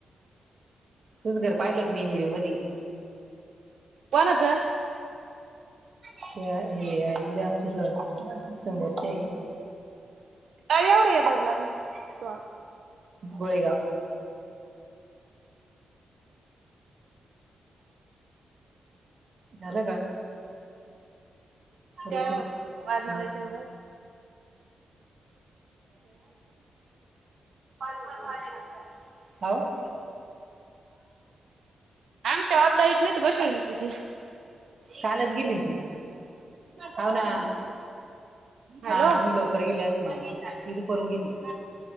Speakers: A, on the right; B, on the right.
A: तुझं घर पाहिल होत मी व्हिडिओ मधी.
B: कोणाच?
A: त्या हे आहे इथे आमच्या स समोरचे आहे.
B: काय एवढं धरू लागणार.
A: गोळेगाव झालं का
B: त्या
A: ऋतू
B: वायरमैनला
A: हा
B: इथे बघाल
A: <unintelligible> करताय हो
B: आमच्या वाद लाईट नाही तर बसेल होती ती.
A: कालचं गेली होती. हावना
B: हॅलो
A: हा तुम्ही लवकर गेले असा ती दुपारून गेली.